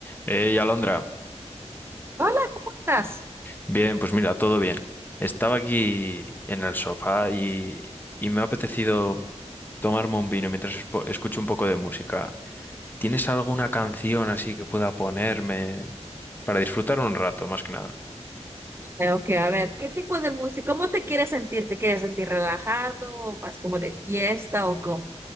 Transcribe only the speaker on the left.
Hey, Alondra.
Bien, pues mira, todo bien. Estaba aquí en el sofá y, y me ha apetecido tomarme un vino mientras espo- escucho un poco de música. ¿Tienes alguna canción así que pueda ponerme para disfrutar un rato, más que nada?